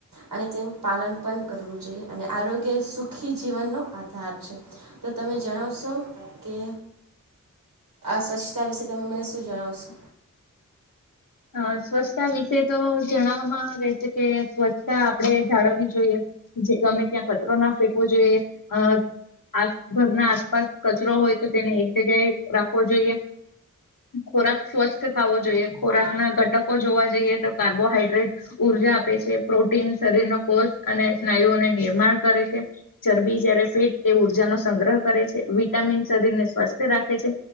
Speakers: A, on the right; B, on the left.
A: અને તેનું પાલન પણ કરવું જોઈએ અને આરોગ્ય સુખી જીવનનો આધાર છે તો તમે જણાવશો કે સ્વચ્છતા વિશે. તમે મને શું જણાવશો.
B: અ સ્વચ્છતા વિશે તો જણવામાં રહેશે કે સ્વચ્છતા આપણેે જાળવવી જોઈએ જે ગમે ત્યાં કચરો ના ફેંકવો જોઈએ અ આ ઘરના આસપાસ કચરો હોય તો તેને એક જગ્યાએ રાખવો જોઈએ ખોરાક સ્વચ્છ ખાવો જોઈએ. ખોરાકના ઘટકો જોવા જઈએ તો કાર્બોહાઈડ્રેટ ઉર્જા આપે છે પ્રોટીન શરીરનો કોષ અને સ્નાયુઓને નિર્માણ કરે છે ચરબી જયારે ફેટ એ ઉર્જાનો સંગ્રહ કરે છે વિટામિન શરીરને સ્વસ્થ રાખે છે